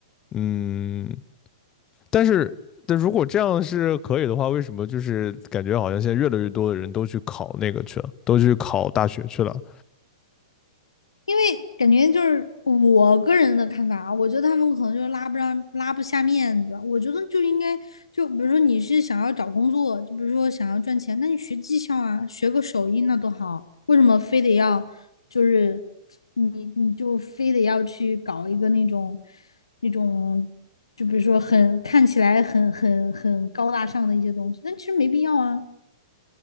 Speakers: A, on the left; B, on the left.
A: 嗯，但是，但如果这样是可以的话，为什么就是感觉好像现在越来越多的人都去考那个去了，都去考大学去了？
B: 因为感觉就是我个人的看法啊，我觉得他们可能就拉不上、拉不下面子。我觉得就应该，就比如说你是想要找工作，就比如说想要赚钱，那你学技校啊，学个手艺那多好。为什么非得要就是你你就非得要去搞一个那种那种，就比如说很看起来很很很高大上的一些东西，但其实没必要啊。